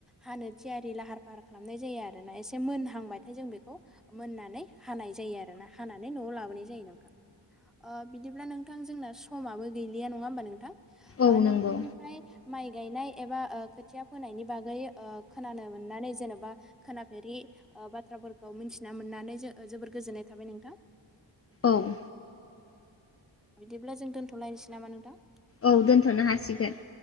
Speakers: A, in the centre; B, on the left.
A: हानो थिया रि लाहार फाहार खालामनाय जायो आरोना एसे मोनहांबथाय जों बेखौ मोननानै हानाय जायो आरोना हानानै न'आव लाबोनाय जायो नोंथां। ओ बिदिब्ला नोंथां जोंना समाबो गैलिया नङा होमबा नोंथां। ओ
B: औ
A: नोंथांनिफ्राय
B: नंगौ
A: माइ गायनाय एबा ओ खोथिया फोनायनि बागै ओ खोनानो मोननानै जेन'बा खोनाफेरि ओ बाथ्राफोरखौ मिन्थिना मोननानै जो ओ जोबोर गोजोननाय थाबाय नोंथां।
B: औ।
A: बिदिब्ला जों दोनथ'लायनोसै नामा नोंथां?
B: औ दोन्थ'नो हासिगोन।